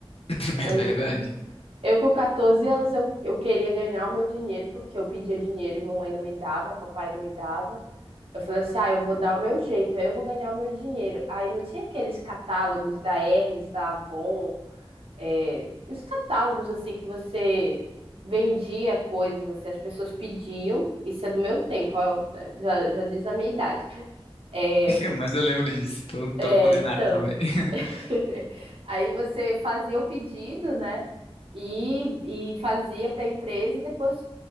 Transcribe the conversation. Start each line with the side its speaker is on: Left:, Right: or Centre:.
Left: <laughs>
Right: Mas
Left: é verdade.
Right: Eu com 14 anos eu, eu queria ganhar o meu dinheiro porque eu pedia dinheiro e mamãe não me dava, papai não me dava. Eu falei assim: "Ah, eu vou dar o meu jeito, eu vou ganhar o meu dinheiro". Aí não tinha aqueles catálogos da Hermes, da Avon, é, os catálogos assim que você vendia coisas, assim, as pessoas pediam, isso é do meu tempo, ó, é, já, já diz a minha idade. É,
Left: <laughs> Mas eu lembro disso. Tô,
Right: é,
Left: tô condenado
Right: então,
Left: também. <laughs>
Right: <laughs> Aí você fazia o pedido, né? E, e fazia para a empresa e depois